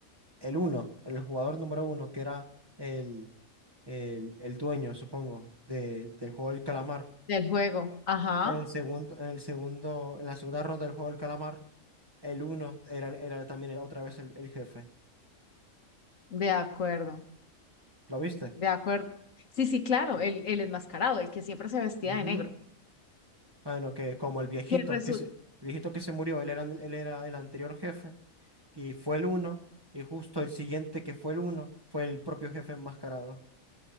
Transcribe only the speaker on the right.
el uno, el jugador número uno, que era el, el, el dueño, supongo, de, del juego del calamar,
en el segundo, en el segundo, en la segunda ronda del juego del calamar, el uno era, era también otra vez el el jefe.
¿Lo viste?
Ujú.
Bueno, que como el viejito
que se, el viejito que se murió, él era, él era el anterior jefe y fue el uno, y justo el siguiente que fue el uno fue el propio jefe enmascarado.